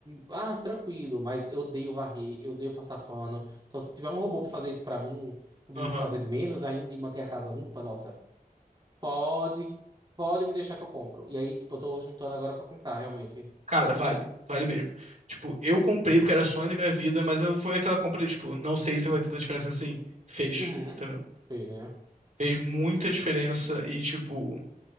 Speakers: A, on the right; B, on the right.
A: Ai, tranquilo, mas eu odeio varrer, eu odeio passar pano. Então, se tiver um robô pra fazer isso pra mim, eu preciso
B: Aham.
A: fazer menos ainda e manter a casa limpa, nossa. Pode, pode me deixar que eu compro. E aí, tipo, eu tô juntando agora pra comprar, realmente.
B: Cara, vale. Vale mesmo. Tipo, eu comprei porque era sonho da minha vida, mas não foi aquela compra de, tipo, não sei se vai ter tanta diferença assim. Fez,
A: Uhum.
B: entendeu?
A: Fez, né?
B: Fez muita diferença e, tipo,